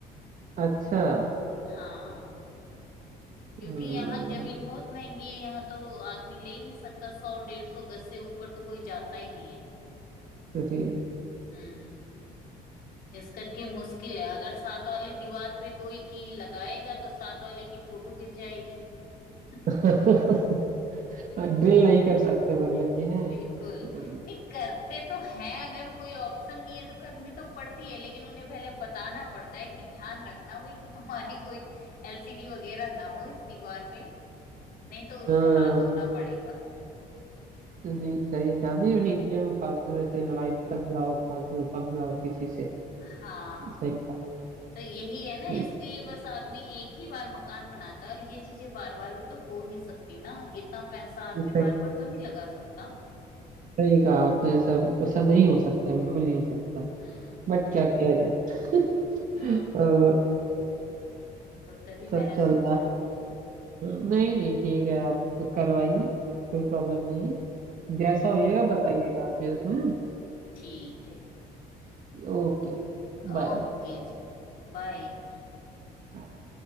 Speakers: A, on the right; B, on the left.
A: अच्छा
B: हाँ क्योंकि
A: अम्म,
B: यहाँ जमीन बहुत महंगी है यहाँ तो आदमी ले ही नहीं सकता सौ डेढ़ सौ गज से ऊपर तो कोई जाता ही नहीं है
A: जी
B: हम्म इस करके मुश्किल है अगर सात वाली दीवार पे कोई कील लगाएगा तो सात वाले की फोटो गिर जाएगी <laughs>
A: <laughs> ड्रिल नहीं कर सकते मतलब कि है
B: बिल्कुल
A: हाँ
B: नहीं करते तो हैं अगर कोई ऑप्शन नहीं है तो करनी तो पड़ती है लेकिन उन्हें पहले बताना पड़ता है कि ध्यान रखना भाई कि तुम्हारी कोई एलसीडी वगैरह ना हो इस दीवार पे नहीं तो उससे
A: हाँ।
B: हाथ धोना पड़ेगा
A: नहीं सही कहा नहीं भाई क्या वो फालतू में से लड़ाई तक जाओ फालतू में पक जाओ किसी से
B: हाँ
A: सही कहा
B: तो यही है ना
A: नहीं
B: इसलिए बस आदमी एक ही बार मकान बनाता है और ये चीजें बार बार भी तो हो नहीं सकती ना इतना पैसा आदमी
A: ये सही
B: बार बार तो नहीं लगा सकता
A: सही कहा आपने सब ऐसा नहीं हो सकता बिल्कुल नहीं हो सकता
B: हम्म
A: बट क्या किया जाए
B: हाँ
A: सब
B: तो तभी मैंने
A: सब
B: सोचा
A: चल रहा है नहीं नहीं ठीक है आप करवाइए कोई प्रॉब्लम नहीं है जैसा
B: हम्म
A: होइएगा बताइएगा आप मेरे को हाँ?
B: ठीक है
A: ओके Bye
B: ओके
A: bye
B: जी बाय
A: bye